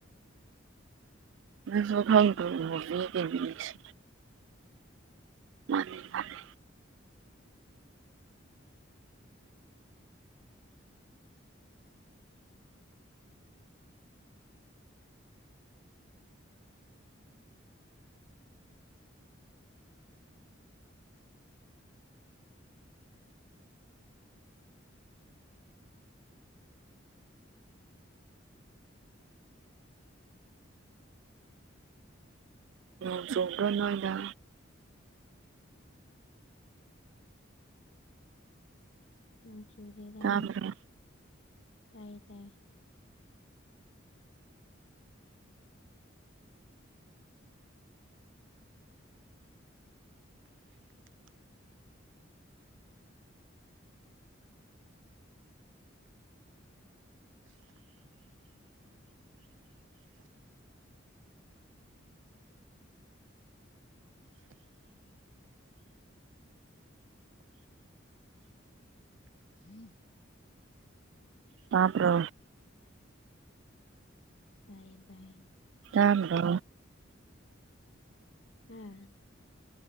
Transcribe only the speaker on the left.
ꯅꯠꯇ꯭ꯔꯣ
ꯎꯝ
ꯎ ꯆꯨꯂꯦꯗ
ꯇꯥꯏꯌꯦ ꯇꯥꯏ ꯎꯝ
ꯇꯌꯦ ꯇꯌꯦ
ꯍꯥꯥ